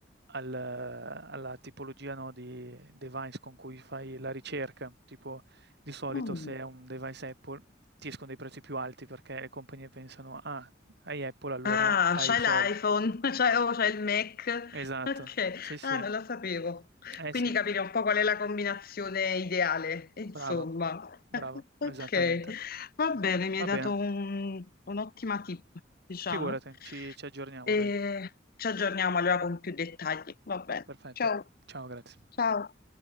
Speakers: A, on the right; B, on the left.
A: al- alla tipologia, no, di device con cui fai la ricerca. Tipo, di solito
B: mm.
A: se è un device Apple ti escono dei prezzi più alti perché le compagnie pensano, ah, hai Apple, allora
B: Ah,
A: hai
B: c'hai
A: i soldi.
B: l'iPhone, <laughs> c'hai oh, c'hai il Mac.
A: Esatto,
B: Ok,
A: sì, sì,
B: ah, non lo sapevo.
A: eh
B: Quindi
A: sì.
B: capire un po' qual è la combinazione ideale, insomma.
A: Brava, brava,
B: <laughs> Ok,
A: esattamente.
B: va bene, mi hai
A: Va bene,
B: dato un- un'ottima tip, diciamo.
A: figurati, ci ci aggiorniamo
B: E
A: dai.
B: ci aggiorniamo allora con più dettagli. Va bene.
A: Perfetto.
B: Ciao.
A: Ciao, grazie.
B: Ciao.